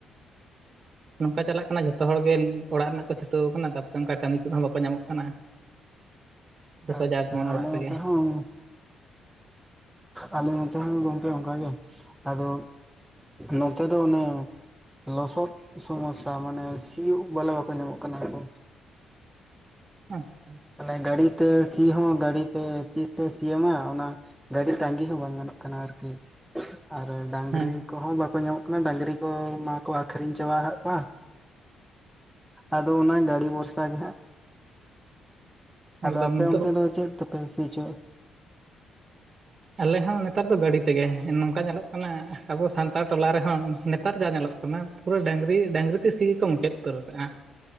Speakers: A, on the right (about 45°); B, in the centre.
A: <inaudible> ᱱᱚᱝᱠᱟ ᱪᱟᱞᱟᱜ ᱠᱟᱱᱟ ᱡᱷᱚᱛᱚ ᱦᱚᱲ ᱜᱮ ᱚᱲᱟᱜ ᱨᱮᱱᱟᱜ ᱠᱚ ᱪᱷᱩᱴᱟᱹᱣ ᱠᱟᱱᱟ ᱛᱟ ᱯᱚᱨᱮ ᱚᱱᱠᱟ ᱠᱟᱹᱢᱤ ᱠᱚᱦᱚᱸ ᱵᱟᱠᱚ ᱧᱟᱢᱚᱜ ᱠᱟᱱᱟ ᱡᱚᱛᱚ
B: ᱟᱪᱪᱷᱟ
A: ᱡᱟᱨ ᱡᱮᱢᱚᱱ
B: ᱟᱞᱮ
A: ᱚᱲᱟᱜ
B: ᱱᱚᱛᱮ
A: ᱨᱮᱜᱮ
B: ᱦᱚᱸ ᱟᱞᱮ ᱱᱚᱛᱨ ᱦᱚᱸ ᱜᱚᱝᱠᱮ ᱚᱱᱠᱟ ᱜᱮ ᱟᱫᱚ ᱱᱚᱛᱮ ᱫᱚ ᱚᱱᱮ ᱞᱚᱥᱚᱫ ᱥᱚᱢᱚᱥᱥᱟ ᱢᱟᱱᱮ ᱥᱤᱭᱚᱜ ᱵᱚᱞᱮ ᱵᱟᱠᱚ ᱧᱟᱢᱚᱜ ᱠᱟᱱᱟ ᱠᱚ
A: ᱟᱪᱪᱷᱟ
B: ᱛᱟᱦᱚᱞᱮ ᱜᱟᱲᱤ ᱛᱮ ᱥᱤ ᱦᱚᱸ ᱜᱟᱲᱤ ᱛᱮ ᱛᱤᱨᱮ ᱥᱤ ᱟᱢᱟᱭ ᱚᱱᱟ ᱜᱟᱹᱰᱤ ᱛᱟᱸᱜᱤ ᱦᱚᱸ ᱵᱟᱝ ᱜᱟᱱᱚᱜ ᱠᱟᱱᱟ ᱟᱨᱠᱤ ᱟᱨ ᱰᱟᱹᱝᱨᱤ
A: ᱦᱮᱸ
B: ᱠᱚᱦᱚᱸ ᱵᱟᱠᱚ ᱧᱟᱢᱚᱜ ᱠᱟᱱᱟ ᱰᱟᱹᱝᱨᱤ ᱠᱚ ᱢᱟᱠᱚ ᱟᱠᱷᱨᱤᱧ ᱪᱟᱵᱟ ᱟᱠᱟᱫ ᱠᱚᱣᱟ ᱟᱫᱚ ᱚᱱᱟ ᱜᱟᱹᱲᱤ ᱵᱷᱚᱨᱥᱟ ᱜᱮ ᱦᱟᱸᱜ
A: ᱮᱠᱫᱚᱢ
B: ᱟᱫᱚ ᱟᱯᱮ
A: ᱱᱤᱛᱚᱜ
B: ᱚᱱᱛᱮ ᱫᱚ ᱪᱮᱫ ᱛᱮᱯᱮ ᱥᱤ ᱦᱚᱪᱚᱭ ᱮᱫᱟ
A: <unintelligible> ᱟᱞᱮ ᱦᱚᱸ ᱱᱮᱛᱟᱨ ᱫᱚ ᱜᱟᱹᱰᱤ ᱛᱮᱜᱮ ᱱᱚᱝᱠᱟ ᱧᱮᱞᱚᱜ ᱠᱟᱱᱟ ᱟᱵᱚ ᱥᱟᱱᱛᱟᱲ ᱴᱚᱞᱟ ᱨᱮᱦᱚᱸ ᱱᱮᱛᱟᱨ ᱡᱟ ᱧᱮᱞᱚᱜ ᱠᱟᱱᱟ ᱯᱩᱨᱟᱹ ᱰᱟᱝᱨᱤ ᱰᱟᱝᱨᱤ ᱛᱮ ᱥᱤ ᱜᱮᱠᱚ ᱢᱩᱪᱟᱹᱫ ᱩᱛᱟᱹᱨ ᱠᱟᱜᱼᱟ